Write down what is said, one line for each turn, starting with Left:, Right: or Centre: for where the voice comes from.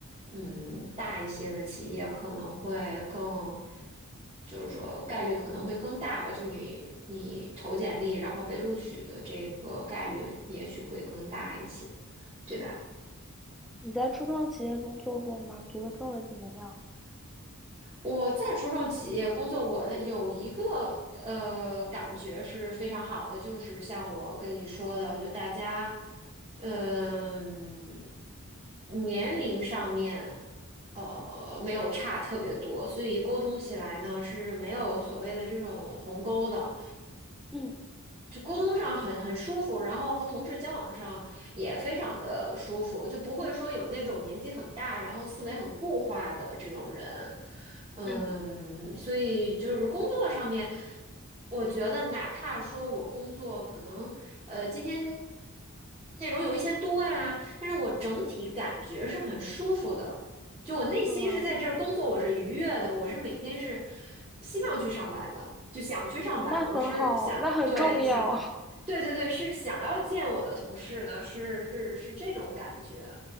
Right: 嗯，大一些的企业可能会更，就是说概率可能会更大吧，就你你投简历然后被录取的这个概率也许会更大一些，对吧？
Centre: 你在初创企业中做过吗？你觉得氛围怎么样？
Right: 我在初创企业工作过，呃有一个呃感觉是非常好的，就是像我跟你说的，就大家，嗯、年龄上面，呃，没有差特别多，所以沟通起来呢是没有所谓的这种鸿沟的。
Centre: 嗯
Right: 就沟通上很很舒服，然后和同事交往上也非常的舒服，就不会说有那种年纪很大，然后思维很固化的这种人。嗯，
Centre: 嗯，
Right: 所以就是工作上面，我觉得哪怕说我工作可能呃今天内容有一些多呀，但是我整体感觉是很舒服的。就我内心是在这儿工作，
Centre: 是吗？
Right: 我是愉悦的，我是每天是希望去上班的，就想去上班的，
Centre: 哦，那很好，
Right: 我是想，
Centre: 那很重要。
Right: 对，想，
Centre: <laughs>
Right: 对对对，是想要见我的同事的，是是是这种感觉，